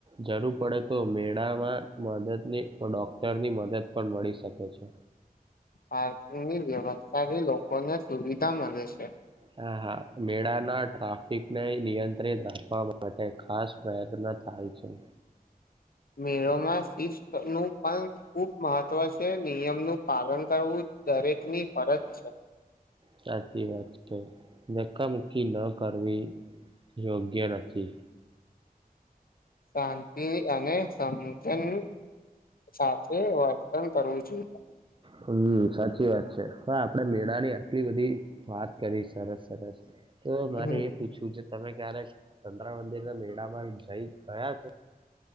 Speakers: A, on the right; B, on the left.
A: જર પડે તો મેળામાં મદદની ડોક્ટરની મદદ પણ મળી શકે છે.
B: પાર્કિંગની વ્યવસ્થાથી લોકોને સુવિધા મળે છે.
A: હા હા મેળાના ટ્રાફિકને નિયંત્રિત રાખવા માટે ખાસ પ્રયત્ન થાય છે.
B: મેળોમાં શિસ્ત નું પણ ખુબ મહત્વ છે નિયમ નું પાલન. કરવું દરેકની ફરજ છે.
A: સાચી વાત છે. નકામુખકી ન કરવી યોગ્ય નથી.
B: શાંતિ અને સમથન. સાથે વર્તન કરવું જોઈએ
A: હમ સાચી વાત છે હ આપડે મેળાની આટલી બધી વાત કરી સરસ સરસ તો
B: હમ
A: મારે એ પૂછવું છે તમે ક્યારેક ચંદ્ર મંદિરના મેળામાં જઈ ગયા છે